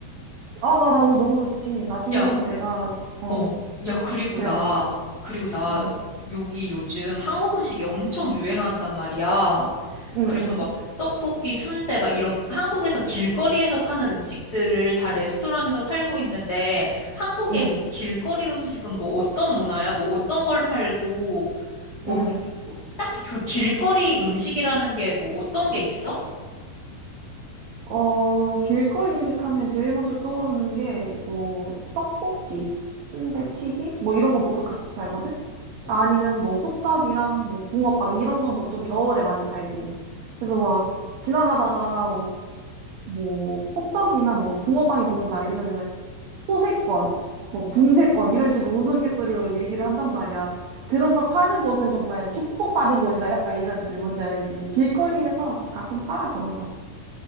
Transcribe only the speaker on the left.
야,
어, 야, 그리고
나, 그리고 나,
여기 요즘 한국 음식이 엄청 유행한단 말이야.
그래서 막
떡볶이, 순대 막 이런 한국에서 길거리에서 파는 음식들을 다 레스토랑에서 팔고 있는데 한국의
길거리 음식은 뭐 어떤 문화야? 뭐 어떤 걸 팔고 뭐
딱히 그 길거리 음식이라는 게 뭐 어떤 게 있어?
오,